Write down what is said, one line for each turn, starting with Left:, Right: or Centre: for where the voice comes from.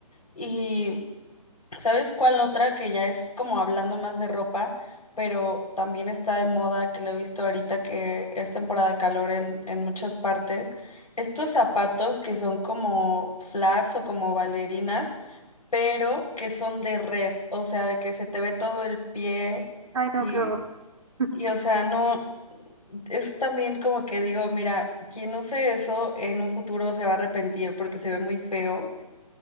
Left: Y, ¿sabes cuál otra que ya es como hablando más de ropa, pero también está de moda, que lo he visto ahorita que es temporada de calor en, en muchas partes? Estos zapatos que son como flats o como bailarinas, pero que son de red, o sea, de que se te ve todo el pie
Right: Ay, no,
Left: y,
Right: qué horror. <laughs>
Left: y o sea, no es también como que digo, mira, quien use eso en un futuro se va a arrepentir porque se ve muy feo